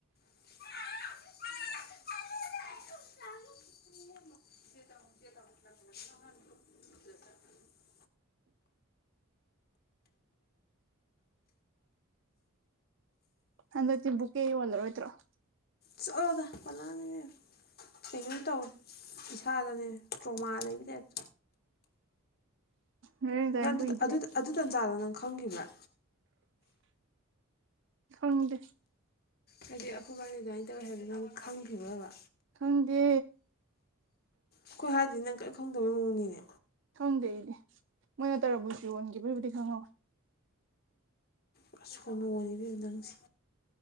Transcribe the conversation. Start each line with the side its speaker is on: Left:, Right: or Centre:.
Left: <unintelligible>
Right: ꯍꯟꯗꯛꯇꯤ ꯕꯨꯀꯦ ꯌꯣꯜꯂꯔꯣꯏꯗ꯭ꯔꯣ꯫
Left: ꯆꯠꯂꯣꯗ ꯄꯜꯂꯛꯑꯅꯨ ꯏꯕꯦꯝꯃꯥ ꯀꯩꯅꯣꯝ ꯇꯧꯏ꯫ ꯏꯁꯥꯗꯅꯦ ꯇ꯭ꯔꯣꯃꯥ ꯂꯩꯕꯩ ꯇꯥꯏꯞ
Right: ꯚꯦꯂꯦꯟꯇꯥꯏꯟ
Left: ꯅꯪ ꯑꯗꯨ
Right: ꯀꯨꯏꯗ꯭ꯔꯦ
Left: ꯇ ꯑꯗꯨ ꯇ ꯑꯗꯨ ꯇꯟꯖꯥꯗꯣ ꯅꯪ ꯈꯪꯒꯤꯕ꯭ꯔꯥ꯫
Right: ꯈꯪꯗꯦ꯫
Left: ꯍꯥꯏꯗꯤ ꯑꯈꯣꯏꯕꯅꯤ ꯑꯗꯨꯃꯥꯏꯅ ꯇꯧꯋꯤ ꯍꯥꯏꯕꯗꯨ ꯅꯪ ꯈꯪꯒꯤꯕ꯭ꯔꯥꯕ꯫
Right: ꯈꯪꯗꯦ꯫
Left: ꯑꯈꯣꯏ ꯍꯥꯏꯗ꯭ꯔꯗꯤ ꯅꯪ ꯀꯔꯤꯝ ꯈꯪꯗꯕꯩ ꯃꯑꯣꯡꯅꯤꯅꯦ꯫
Right: ꯈꯪꯗꯦ ꯑꯩꯗꯤ ꯃꯣꯏꯅ ꯇꯔꯥꯕꯨꯁ ꯌꯣꯟꯒꯤꯕꯩꯕꯨꯗꯤ ꯈꯪꯍꯧꯋꯦ꯫
Left: ꯄꯨꯔꯥ ꯁꯣꯅꯣꯅꯤ ꯏꯕꯦꯝꯃꯥ ꯅꯪꯖꯦ꯫